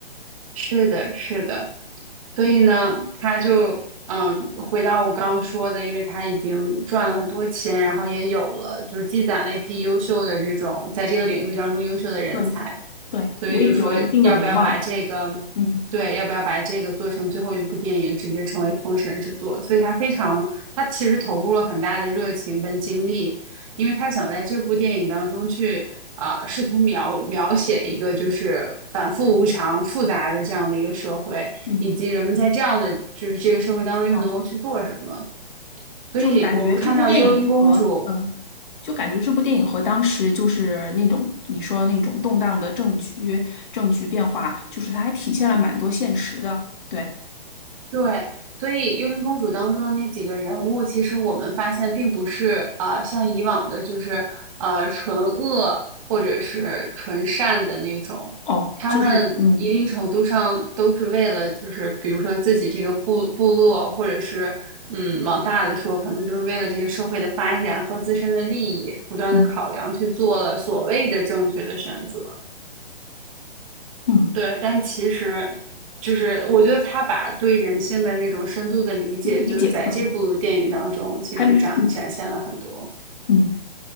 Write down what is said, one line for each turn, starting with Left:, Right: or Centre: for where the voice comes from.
Right: 是的，是的，所以呢，他就嗯，回到我刚刚说的，因为他已经赚了很多钱，然后也有了，就是积攒了一批优秀的这种在这个领域当中优秀的人才，
Left: 对对，
Right: 所以就说要不要把这个，
Left: 也有了一定的名望。嗯
Right: 对，要不要把这个做成最后一部电影，直接成为封神之作？所以他非常，他其实投入了很大的热情跟精力，因为他想在这部电影当中去啊、呃试图描描写一个就是反复无常、复杂的这样的一个社会，
Left: 嗯，
Right: 以及人们在这样的就是这个社会当中又能够去做什么。
Left: 哦，
Right: 所以我们看到幽灵公主
Left: 就是感觉这部电影和呃，就感觉这部电影和当时就是那种你说那种动荡的政局政局变化，就是它还体现了蛮多现实的。对，
Right: 对，所以《幽灵公主》当中的那几个人物，其实我们发现并不是啊、呃像以往的，就是呃纯恶或者是纯善的那种，
Left: 哦，
Right: 他们一定程度上都是为了，
Left: 就是嗯
Right: 就是比如说自己这个部部落，或者是嗯往大了说，可能就是为了这个社会的发展和自身的利益，不断的考量去做了所谓的正确的选择。
Left: 嗯嗯，
Right: 对，但其实就是我觉得他把对人性的那种深度的理解，
Left: 理解，
Right: 就是在这部电影当中，
Left: 嗯，
Right: 其实展展现了很多。
Left: 还嗯嗯。